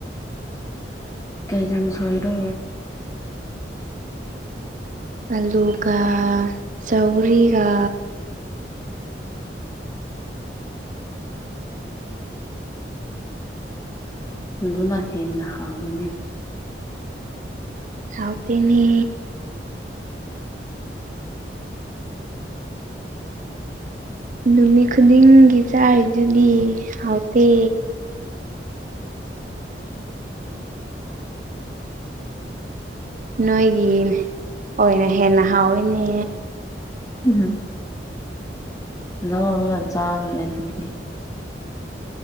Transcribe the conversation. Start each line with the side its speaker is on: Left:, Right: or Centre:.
Left: ꯀꯩ ꯀꯥꯡꯁꯣꯏꯔꯣ
Right: ꯑꯂꯨꯒ ꯆꯧꯔꯤꯒ
Left: ꯑꯗꯨꯅ ꯍꯦꯟꯅ ꯍꯥꯎꯕꯅꯦ
Right: ꯍꯥꯎꯇꯦꯅꯦ ꯅꯨꯃꯤꯠ ꯈꯨꯗꯤꯡꯒꯤ ꯆꯥꯔꯤꯗꯨꯗꯤ ꯍꯥꯎꯇꯦ ꯅꯣꯏꯒꯤ ꯑꯣꯏꯅ ꯍꯦꯟꯅ ꯍꯥꯎꯋꯦꯅꯦ
Left: ꯎꯝ <unintelligible> ꯆꯥꯕꯅꯦ ꯑꯗꯨꯗꯤ